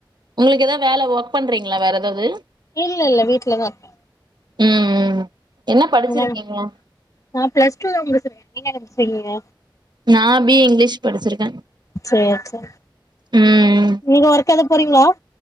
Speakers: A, on the right (about 55°); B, on the left (about 40°).
A: உங்களுக்கு ஏதாவது வேல ஒர்க் பண்றீங்களா வேற எதாவது
B: இல்லெல்ல வீட்லதா இருக்கே
A: ம் ம் என்ன படிச்சிருக்கீங்க
B: அதா அதா நா பிளஸ் டூ தா முடிச்சிருக்கே நீங்க என்ன முடிச்சிருக்கீங்க?
A: நா பி எ இங்கிலீஷ் படிச்சிருக்கே
B: சேரி சேரி
A: ம்
B: நீங்க ஒர்க் எது போறீங்களா